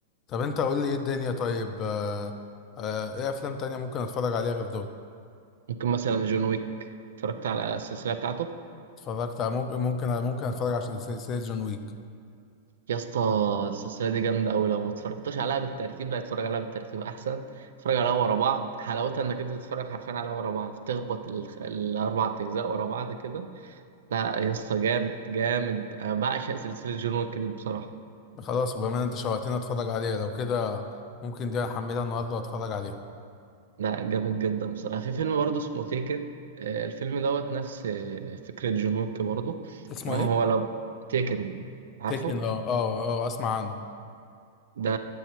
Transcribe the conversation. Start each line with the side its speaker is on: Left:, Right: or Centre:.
Left: طب انت قول لي ايه الدنيا طيب آه، آه، ايه افلام تانية ممكن اتفرج عليها غير دول
Right: ممكن مثلا جون ويك اتفرجت على السلسلة بتاعته
Left: اتفرجت على ممكن ممكن ممكن اتفرج عشان سلسلة جون ويك
Right: يا اسطى السلسلة دي جامدة أوي لو ما اتفرجتش عليها بالترتيب لا اتفرج عليها بالترتيب أحسن اتفرج عليها ورا بعض حلاوتها إنك أنت تتفرج حرفيا عليها ورا بعض تخبط الخ- الأربع أجزاء ورا بعض كده لا يا اسطى جامد جامد أنا بعشق سلسلة جون ويك دي بصراحة
Left: خلاص وبما انت شوقتني اتفرج عليها لو كده ممكن دي احملها النهارده واتفرج عليها
Right: لا جامد جدا بصراحة في فيلم برضه اسمه تيكن آه، الفيلم دوت نفس آه، فكرة جون ويك برضه
Left: اسمه
Right: تمام
Left: ايه؟
Right: هو لو تيكن عارفه
Left: تيكن اه اه اه اسمع عنه
Right: ده